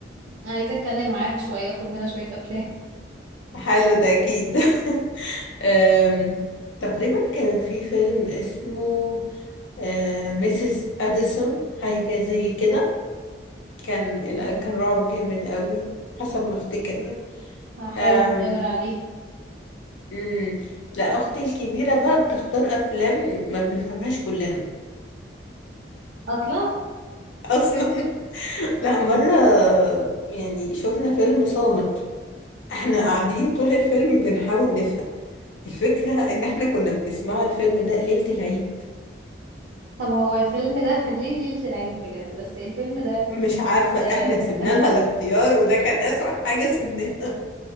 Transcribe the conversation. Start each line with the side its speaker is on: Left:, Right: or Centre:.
Right: عايزة اتكلم معاها شوية اخد منها شوية افلام
Left: حلو ده أكيد <laughs> أم، تقريبا كان في فيلم اسمه ميسيس أديسون حاجة زي كده كان لا،
Right: ايه
Left: كان رعب جامد قوي يعني حسب ما افتكر يعني
Right: هحاول
Left: أم،
Right: ادور عليه
Left: مم. لا أختي الكبيرة بقى بتختار أفلام ما بنفهمهاش كلنا
Right: اصلا
Left: أصلا <laughs> لا مرة يعني شفنا فيلم صامت احنا قاعدين طول الفيلم بنحاول نفهم الفكرة ان احنا كنا بنسمعه الفيلم ده ليلة العيد
Right: طب هو الفيلم ده <laughs> ليه ليلة العيد بجد بس الفيلم ده
Left: مش عارفة احنا
Right: آه
Left: سيبنا لها الاختيار وده كان اسوأ حاجة سيبناها